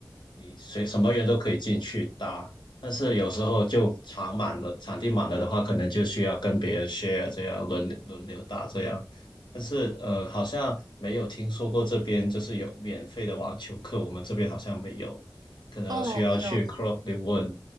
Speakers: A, on the left; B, on the right.
A: 你随什么人都可以进去打，但是有时候就场满了，场地满了的话，可能就需要跟别人 share 这样轮轮流打这样。但是呃，好像没有听说过这边就是有免费的网球课，我们这边好像没有，可能需要去
B: 哦，没有，
A: club 里问。